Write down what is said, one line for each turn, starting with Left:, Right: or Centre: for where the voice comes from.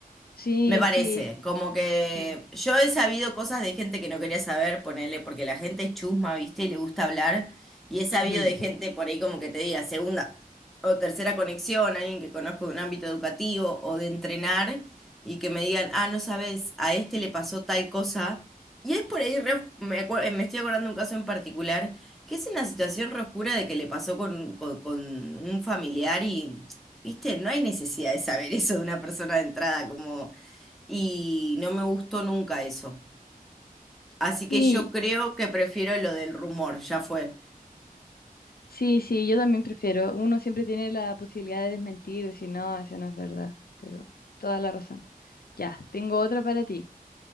Left: Sí,
Centre: Me parece,
Left: sí,
Centre: como que
Left: sí.
Centre: yo he sabido cosas de gente que no quería saber, ponele, porque la gente es chusma, ¿viste? Y le gusta hablar. Y he sabido
Left: Ujú.
Centre: de gente por ahí como que te diga segunda o tercera conexión, alguien que conozco de un ámbito educativo o de entrenar, y que me digan, ah, no sabes, a este le pasó tal cosa. Y es por ahí, re- me, acuer- me estoy acordando de un caso en particular, que es una situación re oscura de que le pasó con, con, con un familiar y, ¿viste? No hay necesidad de saber eso de una persona de entrada, como y no me gustó nunca eso. Así
Left: Sí,
Centre: que yo creo que prefiero lo del rumor, ya fue.
Left: sí, sí, yo también prefiero. Uno siempre tiene la posibilidad de desmentir, decir, no, eso no es verdad, pero toda la razón. Ya, tengo otra para ti.